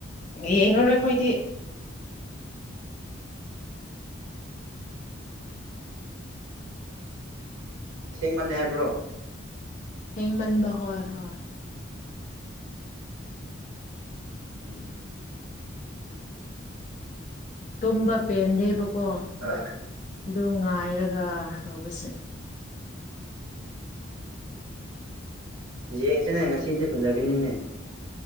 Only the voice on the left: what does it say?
ꯌꯦꯡꯉꯔꯣꯏ ꯈꯣꯏꯗꯤ
ꯊꯦꯡꯃꯟꯕ ꯍꯣꯏ ꯍꯣꯏ
ꯇꯨꯝꯕ ꯄꯦꯟꯗꯦꯕꯀꯣ
ꯑꯗꯨ ꯉꯥꯏꯔꯒ ꯇꯧꯕꯁꯦ